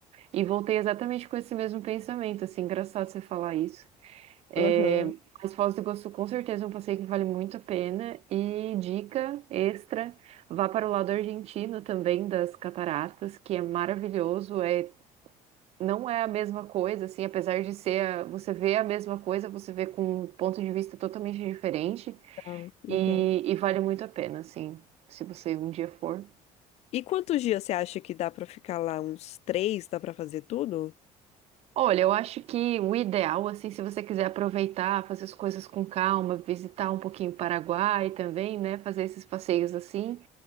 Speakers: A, on the right (about 50°); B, on the left (about 50°).
A: E voltei exatamente com esse mesmo pensamento, assim, engraçado você falar isso. É,
B: Aham,
A: mas Foz do Iguaçu, com certeza, é um passeio que vale muito a pena. E dica extra, vá para o lado argentino também das cataratas, que é maravilhoso. É não é a mesma coisa, assim, apesar de ser, a- você vê a mesma coisa, você vê com um ponto de vista totalmente diferente
B: legal, legal.
A: e, e vale muito a pena, assim, se você um dia for.
B: E quantos dias você acha que dá pra ficar lá? Uns três? Dá pra fazer tudo?
A: Olha, eu acho que o ideal, assim, se você quiser aproveitar, fazer as coisas com calma, visitar um pouquinho o Paraguai também, né, fazer esses passeios assim,